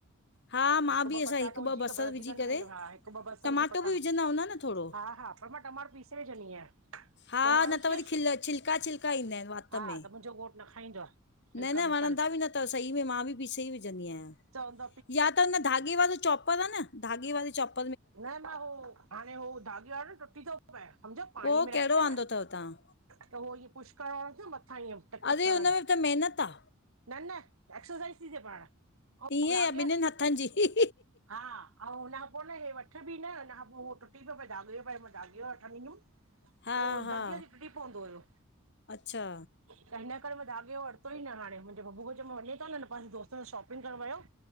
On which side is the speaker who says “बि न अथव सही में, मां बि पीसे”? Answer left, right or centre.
Left